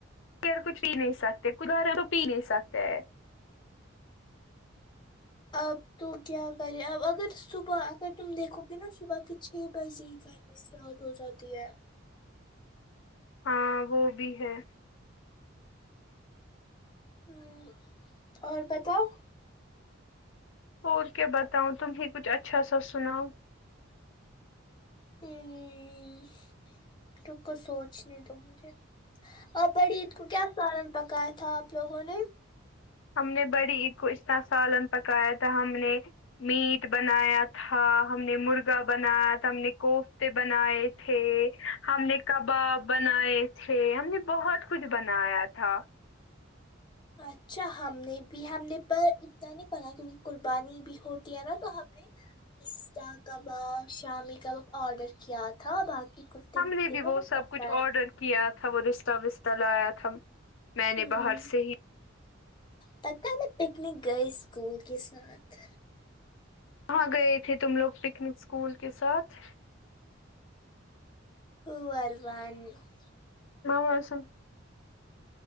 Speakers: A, on the left; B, on the left.
A: کر کچھ پی نہیں سکتے <unintelligible> پی نہیں سکتے
B: آپ تو کیا کریں اپ اگر صبح اگر تم دیکھو گے نا صبح کے چھ بجے گے اسٹارٹ ہو جاتی ہے
A: ہاں وہ بھی ہے
B: ھمم اور بتاؤ
A: اور کیا بتاؤں تم ہی کچھ اچھا سا سناؤ
B: ھمممم روکو سوچنے دو مجھے آ پڑید کو کیا سالن پکایا تھا آپ لوگوں نے
A: ہم نے بڑی عید کو اسکا سالن پکایا تھا ہم نے میٹ بنایا تھا ہم نے مرغا بنایا تھا ہم نے کوفتے بنائے تھے ہم نے کباب بنائے تھے ہم نے بہت کچھ بنایا تھا
B: اچھا ہم نے بھی ہم نے پر اتنا نہیں بناۓ کیونکہ قربانی بھی ہوتی ہے نا تو ہم نے پستہ کباب شامی کب آڈر کیا تھا باقی کفتے
A: ہم
B: وفتے
A: نے بھی وہ
B: تو
A: سب
B: پکا
A: کچھ
B: ہے
A: آرڈر کیا تھا وہ رستہ وستہ لایا تھا میں نے
B: ھمم
A: باہر سے ہی
B: پتہ ہے میں پکنک گئی اسکول کے ساتھ
A: کہاں گئے تھے تم لوگ پکنک اسکول کے ساتھ
B: <unintelligible>
A: <unintelligible>